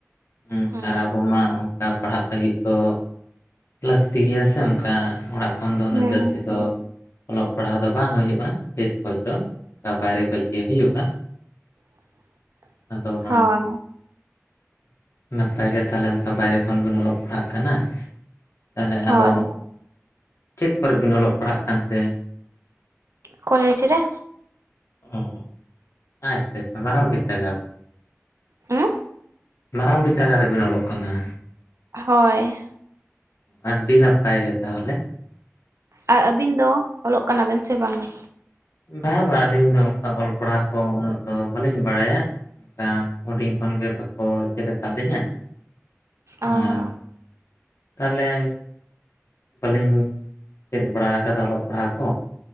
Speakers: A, on the left (about 65°); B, on the right (about 75°).
A: ᱦᱩᱸ
B: ᱦᱮᱸ
A: ᱟᱨ ᱟᱵᱚ ᱢᱟ ᱚᱱᱠᱟ ᱯᱟᱲᱦᱟᱜ ᱞᱟᱹᱜᱤᱫ ᱫᱚ ᱞᱟᱹᱠᱛᱤ ᱜᱮᱭᱟ ᱥᱮ ᱚᱱᱠᱟ ᱚᱲᱟᱜ ᱠᱷᱚᱱ ᱫᱚ ᱩᱱᱟᱹᱜ
B: ᱦᱮᱸ
A: ᱡᱟᱹᱥᱛᱤ ᱫᱚ ᱚᱞᱚᱜ ᱯᱟᱲᱦᱟᱣ ᱫᱚ ᱵᱟᱝ ᱦᱩᱭᱩᱜᱼᱟ, ᱵᱮᱥ ᱠᱷᱚᱡ ᱫᱚ ᱚᱱᱠᱟ ᱵᱟᱭᱨᱮ ᱠᱷᱚᱡ ᱜᱮ ᱦᱩᱭᱩᱜᱼᱟ᱾
B: <inaudible>
A: ᱟᱫᱚ ᱢᱟ
B: ᱦᱳᱭ
A: ᱱᱟᱯᱟᱭ ᱜᱮ ᱛᱟᱦᱚᱞᱮ ᱚᱱᱠᱟ ᱵᱟᱭᱨᱮ ᱠᱷᱚᱱ ᱵᱤᱱ ᱚᱞᱚᱜ ᱯᱟᱲᱦᱟᱜ ᱠᱟᱱᱟ᱾ ᱛᱟᱦᱚᱞᱮ
B: ᱦᱳᱭ
A: ᱟᱫᱚ ᱪᱮᱫ ᱠᱚᱨᱮ ᱵᱤᱱ ᱚᱞᱚᱜ ᱯᱟᱲᱦᱟᱜ ᱠᱟᱱᱛᱮ?
B: ᱠᱚᱞᱮᱡᱽ ᱨᱮ
A: ᱚ ᱟᱪᱪᱷᱟ ᱟᱪᱪᱷᱟ ᱢᱟᱨᱟᱝ ᱢᱤᱫᱟᱹᱜᱟᱲ
B: ᱦᱩᱸ
A: ᱢᱟᱨᱟᱝ ᱵᱤᱫᱽᱫᱟᱹᱜᱟᱲ ᱨᱮᱵᱤᱱ ᱚᱞᱚᱜ ᱠᱟᱱᱟ?
B: ᱦᱳᱭ᱾
A: ᱟᱹᱰᱤ ᱱᱟᱯᱟᱭ ᱜᱮ ᱛᱟᱦᱚᱞᱮ᱾
B: ᱟᱨ ᱟᱹᱵᱤᱱ ᱫᱚ ᱚᱞᱚᱜ ᱠᱟᱱᱟ ᱵᱮᱱ ᱥᱮ ᱵᱟᱝᱟ
A: ᱵᱟᱝ ᱵᱟᱝ ᱟᱹᱞᱤᱧ ᱫᱚ ᱚᱱᱠᱟ ᱚᱞ ᱯᱟᱲᱦᱟᱣ ᱠᱚ ᱩᱱᱟᱹᱜ ᱫᱚ ᱵᱟᱹᱞᱤᱧ ᱵᱟᱲᱟᱭᱟ <unintelligible> ᱦᱩᱰᱤᱧ ᱠᱷᱚᱱ ᱜᱮ ᱵᱟᱠᱚ ᱪᱮᱫ ᱟᱠᱟᱫ ᱞᱤᱧᱟᱹ
B: ᱚ
A: ᱟᱨ
B: ᱦᱚᱸ
A: ᱛᱟᱦᱞᱮ ᱵᱟᱹᱞᱤᱧ ᱪᱮᱫ ᱵᱟᱲᱟᱣ ᱟᱠᱟᱫᱟ ᱚᱞᱚᱜ ᱯᱟᱲᱦᱟᱜ ᱠᱚ